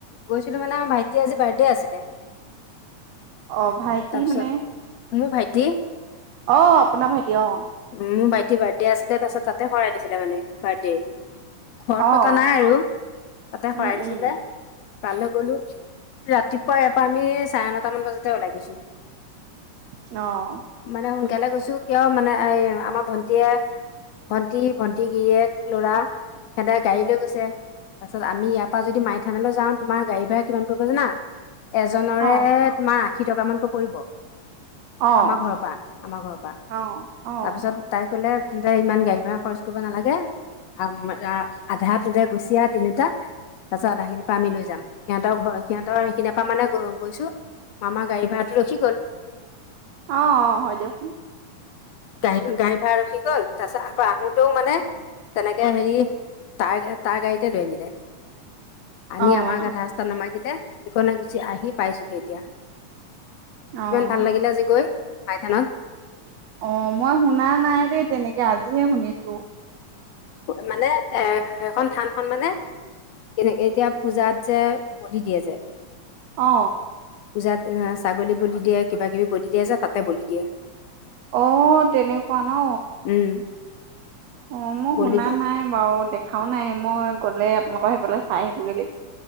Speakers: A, on the left (about 70°); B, on the right (about 70°).
A: গৈছিলো মানে আমাৰ ভাইটিৰ আজি বাৰ্থডে আছিলে।
B: অ', ভাইটি
A: তাৰপিছত
B: মানে
A: মোৰ ভাইটি
B: অ', আপোনা ভাইটি অ'।
A: উম, মোৰ ভাইটি বাৰ্থডে আছিলে তাৰপাছত তাতে শৰাই দিছিলে মানে বাৰ্থডে। ঘৰত
B: অ'
A: পতা নাই আৰু তাতে
B: উম
A: শৰাই দিছিলে।
B: উম
A: তালে গলো ৰাতিপুৱাই এপ পা আমি চাৰে নটা মান বজাতে ওলাই গৈছো।
B: অ'।
A: মানে সোনকালে গৈছো কিয় মানে এ, এ আমাৰ ভন্টিয়ে ভন্টি, ভন্টি গিৰিয়েক, ল'ৰা সেহেতে গাড়ী লৈ গৈছে। তাৰ পাছত আমি ইয়াৰ পৰা যদি মাই থানালৈ যাওঁ তোমাৰ গাড়ী ভাৰা কিমান পৰিব জানা? এজৰে
B: অ'
A: তোমাৰ আশী টকা মানকৈ পৰিব।
B: অ'
A: আমাৰ ঘৰৰ পৰা, আমাৰ ঘৰৰ পৰা
B: অ' অ'
A: তাৰপিছত তাই ক'লে তেন্তে ইমান গাড়ী ভাড়া খৰচ কৰিব নালাগে আম-লা- আধাটোতে গুচি আহ তিনিটা তাৰপাছত আধাখিনি পা আমি লৈ যাম, সিহঁতৰ ঘৰ-সিহঁতৰ সেখি পা মানে গৈ-গৈছো, আমা গাড়ী ভাড়াটো ৰখি গ'ল।
B: অ, হয় দিয়ক।
A: <unintelligible> গাড়ী ভাড়া ৰখি গ'ল তাৰ পিছত আকৌ আহোতেও মানে তেনেকে হেৰি তাৰ গে তাৰ গাড়ীতে লৈ আনিলে, আনি
B: অ'
A: আমাৰ আধা ৰাস্তাত নামাই দিলে সিকনে গুচি আহি পাইছোহে এতিয়া,
B: অ'
A: কিমান ভাল লাগিলে আজি গৈ আইথানত।
B: অ মই শুনা নাই দেই তেনেকে আজিহে শুনিছোঁ।
A: শু মানে এ সেইখন থানখন মানে কেনেকে এতিয়া পূজাত যে বলি দিয়ে যে।
B: অ।
A: পূজাত এ ছাগলী বলি দিয়ে, কিবা কিবি বলি দিয়ে যে তাতে বলি দিয়ে।
B: অ তেনেকুৱা ন।
A: উম
B: অঁ মোৰ
A: বলি
B: শুনা
A: দিয়ে
B: নাই বাৰু দেখাও নাই, মই গ'লে আপোনালোকৰ সেইফালে চাই আহিবগৈ?